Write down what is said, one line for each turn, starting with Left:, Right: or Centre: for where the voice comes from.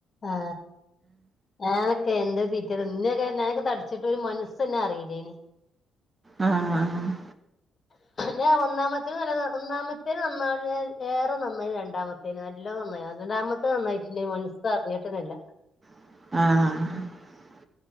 Left: ആ ഞാനൊക്കെ എന്തേര് തീറ്റേന്ന് ഇന്നെക്കെ ഞാനോക്കെ തടിച്ചിട്ട് ഒരു മനസൻ ഇന്നേ അറീലേനി
Right: ആ ആ
Left: ഞാ ഒന്നാമത്തേന് നല്ലോ ഒന്നാമത്തേന് നന്നാണ് ഞാ ഏറെ നന്നായിന് രണ്ടാമത്തേന് നല്ലോം നന്നായിന് രണ്ടാമത്തെ നന്നായിട്ടില്ല മനസ് അറിഞ്ഞിട്ടന്നല്ല
Right: ആഹ്